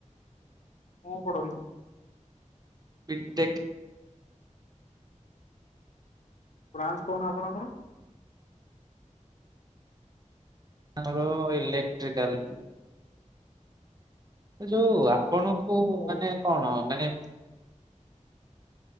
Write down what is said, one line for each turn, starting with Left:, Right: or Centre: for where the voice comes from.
Left: କଣ ପଢନ୍ତି?
Right: ବି ଟେକ।
Left: ବ୍ରାଞ୍ଚ କଣ ଆପଣଙ୍କର?
Right: ଆମର ଇଲେକ୍ଟ୍ରିକାଲ। ଯୋଉ ଆପଣଙ୍କୁ
Left: ହଁ। ଆଉ ମୋ
Right: ମାନେ କଣ? ମାନେ